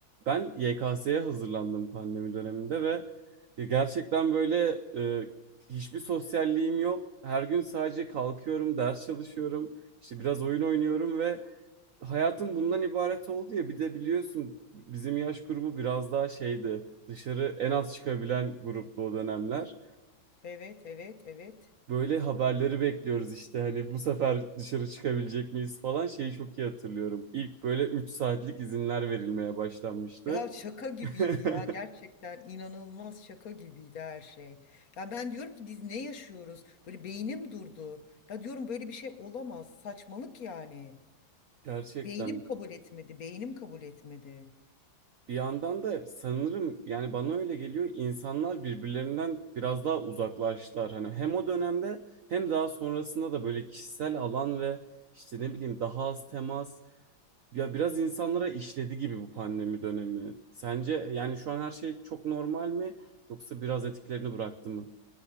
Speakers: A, on the right; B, on the left.
A: Ben YKS'ye hazırlandım pandemi döneminde ve e, gerçekten böyle e, hiçbir sosyalliğim yok. Her gün sadece kalkıyorum, ders çalışıyorum, işte biraz oyun oynuyorum ve hayatım bundan ibaret oldu ya bir de biliyorsun bizim yaş grubu biraz daha şeydi dışarı en az çıkabilen gruptu o dönemler.
B: Evet, evet, evet.
A: Böyle haberleri bekliyoruz işte hani bu sefer dışarı çıkabilecek miyiz falan şeyi çok iyi hatırlıyorum. İlk böyle 3 saatlik izinler verilmeye başlanmıştı.
B: Ya şaka gibiydi
A: <laughs>
B: ya gerçekten inanılmaz şaka gibiydi her şey. Ya ben diyorum ki biz ne yaşıyoruz? Böyle beynim durdu. Ya diyorum böyle bir şey olamaz. Saçmalık yani.
A: Gerçekten
B: Beynim kabul etmedi. Beynim kabul etmedi.
A: Bir yandan da sanırım yani bana öyle geliyor insanlar birbirlerinden biraz daha uzaklaştılar. Hani hem o dönemde hem daha sonrasında da böyle kişisel alan ve işte ne bileyim daha az temas ya biraz insanlara işledi gibi bu pandemi dönemi. Sence yani şu an her şey çok normal mi yoksa biraz etkilerini bıraktı mı?